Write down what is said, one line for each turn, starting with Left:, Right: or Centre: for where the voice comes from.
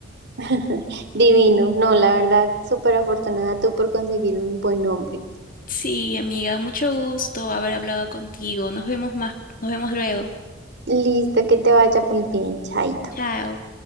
Right: <laughs> Divino, no, la verdad, súper afortunada tú por conseguir un buen hombre.
Left: Sí, amiga, mucho gusto haber hablado contigo. Nos vemos más, nos vemos luego.
Right: Listo, que te vaya muy bien, chaito.
Left: Chao.